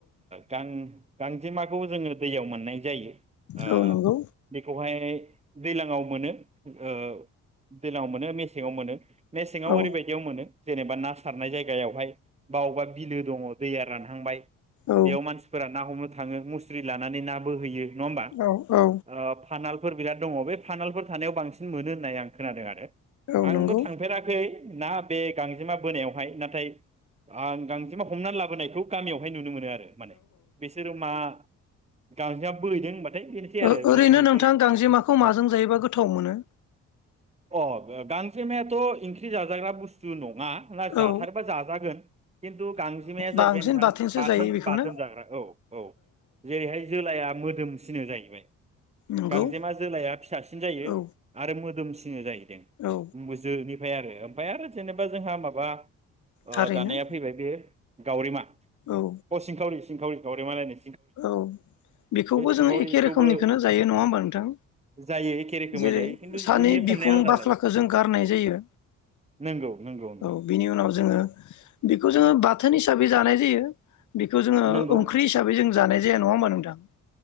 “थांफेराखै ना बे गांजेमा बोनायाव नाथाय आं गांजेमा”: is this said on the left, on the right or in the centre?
Right